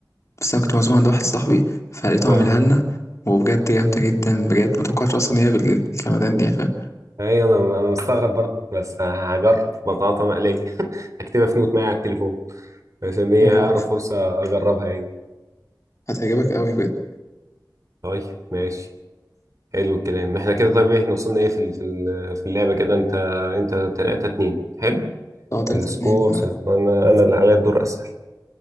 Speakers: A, on the left (about 40°); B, on the right (about 45°).
A: بس أنا كنت معزوم عند واحد صاحبي فلقيته
B: اه
A: عاملها لنا وبجد جامدة جدا بجد متوقعتش أصلا إن هي بال- بالجمدان دي يعني فاهم
B: اي انا انا مستغرب برضه بس هجرب بطاطا مقليه <laughs> هكتبها في نوت معايا على التليفون عشان هي
A: جرب
B: اقرب فرصه اجربها يعني
A: هتعجبك أوي بجد
B: طيب ماشي حلو الكلام احنا كده طيب إيه، احنا وصلنا ايه في ال- في ال- في اللعبه كده انت انت 3 2 حلو
A: لو تلاتة
B: السكور
A: اتنين كده
B: سهل. انا انا اللي عليا الدور اسال